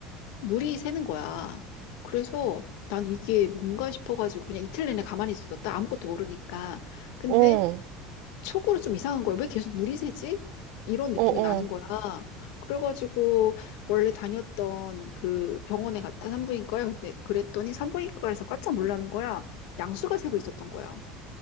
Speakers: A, on the left; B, on the right.
A: 물이 새는 거야. 그래서 난 이게 뭔가 싶어가지고 그냥 이틀 내내 가만히 있었다. 아무것도 모르니까. 근데
B: 어,
A: 속으로 좀 이상한 거예요. 왜 계속 물이 새지? 이런 느낌이
B: 어, 어,
A: 나는 거야. 그래가지고 원래 다녔던 그 병원에 갔다 산부인과에 근데 그랬더니 산부인과에서 깜짝 놀라는 거야. 양수가 새고 있었던 거야.